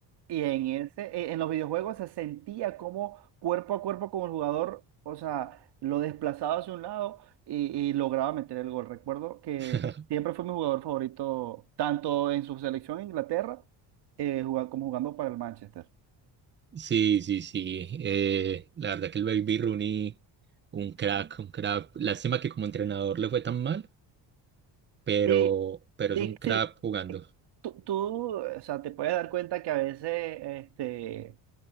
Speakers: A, on the right (about 65°); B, on the right (about 25°).
A: y en ese, eh, en los videojuegos se sentía como cuerpo a cuerpo con el jugador, o sea, lo desplazaba hacia un lado y, y lograba meter el gol. Recuerdo que
B: <laughs>
A: siempre fue mi jugador favorito tanto en su selección en Inglaterra eh, jugar, como jugando para el Manchester.
B: sí, sí, sí. Eh, la verdad que el Baby Rooney, un crack, un crack. Lástima que como entrenador le fue tan mal, pero,
A: Sí,
B: pero
A: sí,
B: es un crack
A: sí.
B: jugando.
A: Eh, Tú, tú, o sea, te puedes dar cuenta que a veces este,